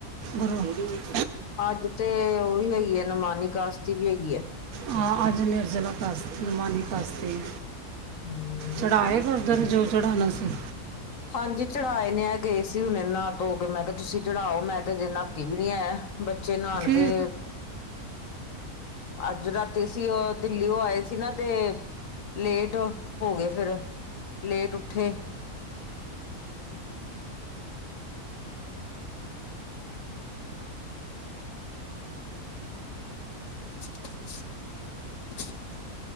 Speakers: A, on the right (about 70°); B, on the left (about 60°).
A: ਘਰੇ। <inaudible>
B: ਅੱਜ ਤੇ ਉਹ ਵੀ ਹੈਗੀ ਏ, ਨਮਾਨੀ ਕਾਸ਼ਤੀ ਵੀ ਹੈਗੀ ਐ।
A: ਹਾਂ, ਅੱਜ ਨਿਰਜਲਾ ਕਾਸ਼ਤ, ਨਮਾਨੀ ਕਾਸਤੀ ਏ।
B: ਹਮ
A: ਚੜਾ ਆਏ ਗੁਰਦੁਆਰੇ ਜੋ ਚੜਾਣਾ ਸੀ।
B: ਹਾਂਜੀ, ਚੜਾ ਆਏ ਨੇ ਐ ਗਏ ਸੀ ਹੁਣੇ ਨਹਾ ਧੋ ਕੇ, ਮੈਂ ਕਿਹਾ ਤੁਸੀਂ ਚੜਾਓ, ਮੈਂ ਤੇ ਅਜੇ ਨਹਾਤੀ ਵੀ ਨੀ ਐ। ਬੱਚੇ ਨਾਣਗੇ।
A: ਕੀ
B: ਅੱਜ ਰਾਤੀ ਅਸੀ, ਦਿੱਲੀ ਉਹ ਆਏ ਸੀ ਨਾ ਤੇ। ਲੇਟ ਹੋ ਗਏ ਫਿਰ, ਲੇਟ ਉੱਠੇ। <inaudible>